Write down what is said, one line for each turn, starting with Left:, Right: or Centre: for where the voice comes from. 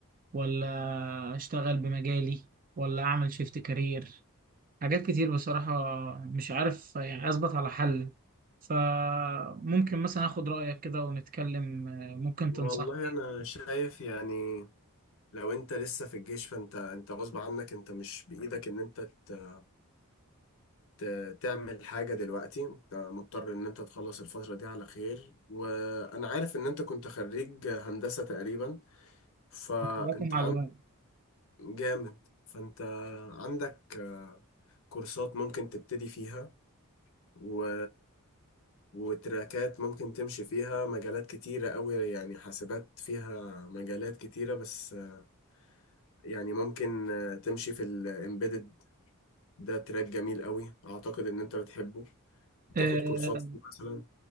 Right: ولا اشتغل بمجالي ولا اعمل شيفت كارير حاجات كتير بصراحة مش عارف يعني أثبت على حل فممكن مثلا آخد رأيك كده ونتكلم آه، ممكن
Left: والله
Right: تنصحني
Left: انا شايف يعني لو انت لسه في الجيش فانت انت غصب عنك انت مش بايدك ان انت ت- ت- تعمل حاجة دلوقتي انت مضطر ان انت تخلص الفترة دي على خير وانا عارف ان انت كنت خريج هندسة تقريبا فانت
Right: تنصحني معلومات
Left: جامد فانت عندك آه، كورسات ممكن تبتدي فيها و... وتراكات ممكن تمشي فيها مجالات كتيرة قوي يعني حاسبات فيها مجالات كتيرة بس آه، يعني ممكن آه، تمشي في الامبيدد ده تراك جميل قوي اعتقد ان انت بتحبه
Right: أه
Left: تاخد كورسات فيه مثلا